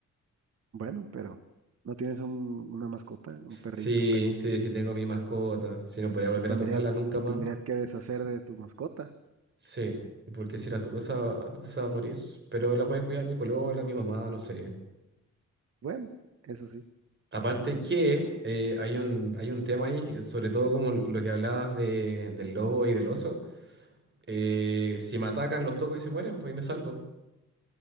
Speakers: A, on the right; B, on the right.
A: Bueno, pero no tienes un- una mascota, un perrito,
B: Sí,
A: un gatito.
B: sí, sí tengo mi mascota, si no podría volver
A: Te tendrías,
B: a tocarla nunca
A: te
B: más,
A: tendrías que deshacer de tu mascota.
B: sí, porque si la toco se va, se va a morir, pero la puede cuidar mi polola, mi mamá, no sé.
A: Bueno, eso sí.
B: Aparte que eh, hay un, hay un tema ahí, eh, sobre todo como lo que hablabas de, del lobo y del oso. Eh, si me atacan, los toco y se mueren, pues y me salvo.